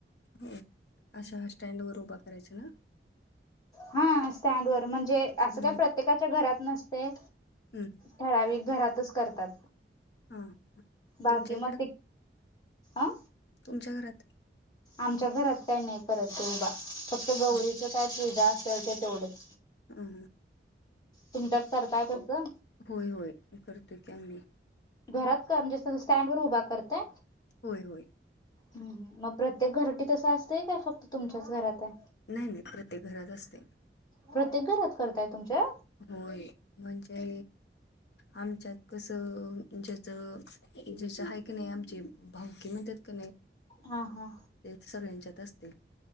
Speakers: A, on the left; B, on the left.
A: हो अशा स्टँड वर उभा करायचं ना.
B: हा म्हणजे अस का
A: हम्म
B: प्र. प्रत्येकाच्या घरात नसते
A: हम्म
B: ठराव घरातच करतात.
A: हा
B: बाकी
A: तुमच्या
B: मग ते अं
A: तुच्या घरात.
B: आमच्या घरात काही नाही करत ते उभ फक्त गौरीच
A: हा
B: काय पूजा असेल ते तेवढंच.
A: ह
B: तुमच्यात करता येत अससं.
A: होय होय करतोय की आम्ही.
B: घरात का म्हणजे स्टँड वर उभा करत.
A: होय होय.
B: ह मग प्रत्येक घरटी तसं असतंय काय फक्त तुमच्याच घरात आहे.
A: नाही नाही प्रत्येक घरात असते.
B: प्रत्येक घरात करताय तुमच्या.
A: होय म्हणजे. आमच्यात कसं ज्याचं ज्याच आहे क नाही आमची भाव्य म्हणतात. क.
B: हा हा.
A: तेच सगळ्यांच्यात असते.